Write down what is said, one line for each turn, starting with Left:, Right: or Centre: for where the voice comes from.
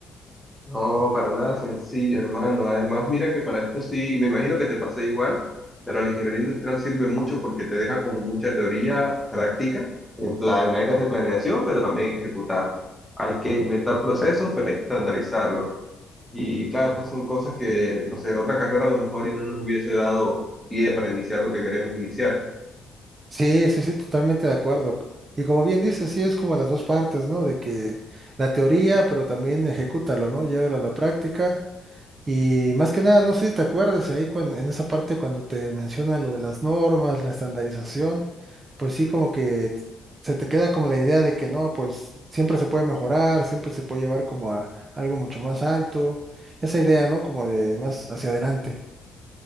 Centre: No, para nada sencillo, hermano. Además, mira que para esto sí, me imagino que te pasé igual, pero la ingeniería industrial sirve mucho porque te deja como mucha teoría práctica. En plan, hay que hacer planeación, pero también hay que ejecutar. Hay que inventar procesos, pero hay que estandarizarlos. Y claro, esas son cosas que, no sé, otra carrera a lo mejor y no nos hubiese dado pie para iniciar lo que queremos iniciar.
Right: Sí, sí, sí, totalmente de acuerdo. Y como bien dices, sí, es como las dos partes, ¿no? De que la teoría, pero también ejecútalo, ¿no? Llévalo a la práctica. Y más que nada, no sé si te acuerdas ahí cuan- en esa parte cuando te mencionan lo de las normas, la estandarización, pues sí, como que t- se te queda como la idea de que no, pues siempre se puede mejorar, siempre se puede llevar como a algo mucho más alto. Esa idea, ¿no? Como de más hacia adelante.